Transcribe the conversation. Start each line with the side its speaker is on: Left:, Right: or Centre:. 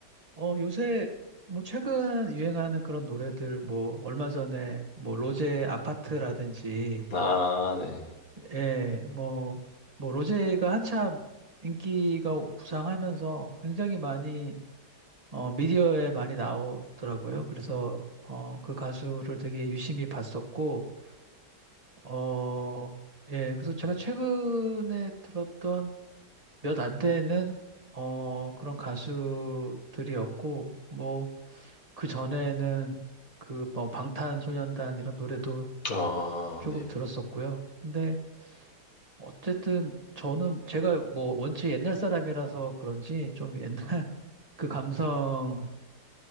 Right: 어, 요새 뭐 최근 유행하는 그런 노래들 뭐 얼마 전에 뭐 로제 아파트라든지
Left: 아, 네.
Right: 예, 뭐, 뭐, 로제가 한참 인기가 부상하면서 굉장히 많이, 어, 미디어에 많이 나오더라고요. 그래서, 어, 그 가수를 되게 유심히 봤었고, 어, 예, 그래서 제가 최근에 들었던 몇 안 되는, 어, 그런 가수들이었고, 뭐, 그 전에는 그, 뭐, 방탄소년단 이런 노래도
Left: 아,
Right: 조금
Left: 네.
Right: 들었었고요. 근데 어쨌든 저는 제가 뭐 원체 옛날 사람이라서 그런지 좀 옛날 <laughs> 그 감성에